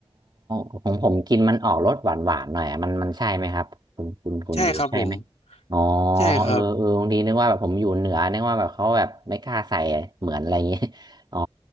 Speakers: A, on the right; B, on the left.
A: ของผมกินมันออกรสหวานๆหน่อยอะมันมันใช่ไหมครับคุณคุณคุณอยู่ใช่ไหม
B: ใช่ครับผม
A: อ๋อ
B: ใช่ครับ
A: เออเออบางทีนึกว่าแบบผมอยู่เหนือนึกว่าแบบเขาแบบไม่กล้าใส่เหมือนอะไรอย่างงี้ <laughs> อ๋อ